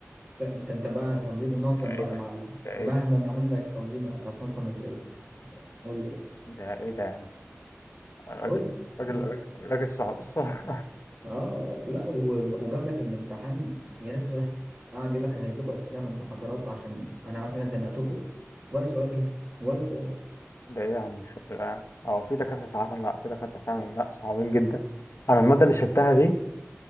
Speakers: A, on the right (about 30°); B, on the left (about 60°).
A: فانت انت بقى تنظيم منظم
B: ايه
A: بقى يا
B: ده؟
A: معلم
B: ده ايه
A: مهما
B: ده؟
A: عندك تنظيم وقت هتنظم ازاي قول لي بقى
B: ده ايه ده يا عم؟ راجل
A: قول
B: راجل
A: لي
B: راجل راجل صعب الصراحة
A: اه لا و- وجاب لك الامتحان يا ريته سهل قعد يقول لك انا هجيب لكم اسئله من المحاضرات عشان انا عارف ان انا زنقتكم ولا سؤال جه ولا سؤال
B: <laughs> ده ايه يا عم الشغل ده؟ او في دكاترة ساعات لا في دكاترة فعلا لا صعبين جدا انا المادة اللي شلتها دي